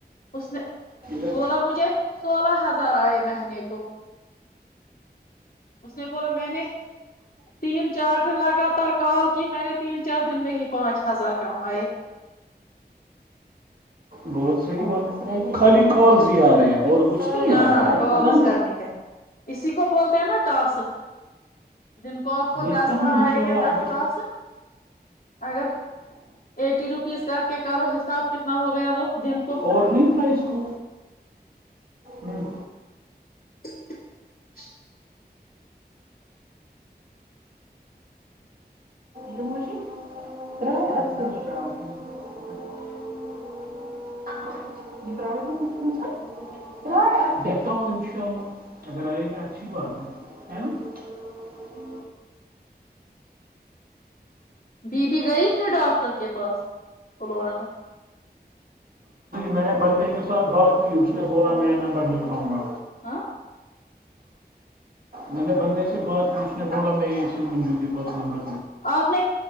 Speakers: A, on the left; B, on the right.
A: اس نے
B: ہے
A: بولا مجھے سولہ ہزار آئے مہنے کو اس نے بولا میں نے تین چار دن لگاتار کال کی میں نے تین چار دن میں ہی پچ ہزار کم آئے
B: بہت صحی خالی کالزی آ رہے ہیں اور کچھ نہیں
A: ہاں
B: آ رہا
A: کالز کرنی ہے اسی کو بولتے ہیں نا ٹاسک دن کو آپ کو
B: دیکھتا
A: دس
B: ہوں
A: بار
B: انشاءاللہ
A: آئے گے دس
B: اگر
A: ٹاسک اگر ایٹی روپیز کر کے کرو حساب کتنا ہو گیا وہ دن کو
B: اور نہیں کرائی اس کو ہوں
A: <unintelligible>
B: ل م <unintelligible>
A: بی بی گئی پھر ڈاکٹر کے پاس فلورانس
B: میں نے بندے کے ساتھ بات کی اس نے بولا میں نمبر لکھاؤں گا
A: ہاں
B: میں نے بندے سے بات کی اس نے بولا میں یہشن منجو ت پس نبر
A: آپ نے